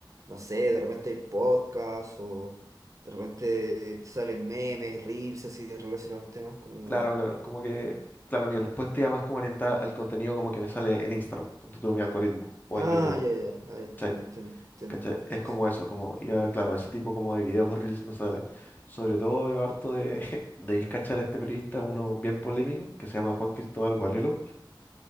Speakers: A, on the right (about 40°); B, on the left (about 20°).
A: no sé, de repente hay podcasts o de repente eh, salen memes, reels así de relacionados al tema como
B: Claro, claro, como que, claro, mi respuesta iba más como orientada al contenido como que me sale en Instagram, ponte tú mi algoritmo, o
A: ah,
B: en YouTube,
A: ya, ya, ya, ah, ya, entiendo,
B: ¿cachai?
A: entiendo, entiendo.
B: ¿Cachai? Es
A: Sí,
B: como
A: sí.
B: eso, como, ya, claro, ese tipo como de videos o reels me salen. Sobre todo veo harto de, <laughs> de discachar a este periodista, uno bien polémico, que se llama Juan Cristóbal Guarrilo.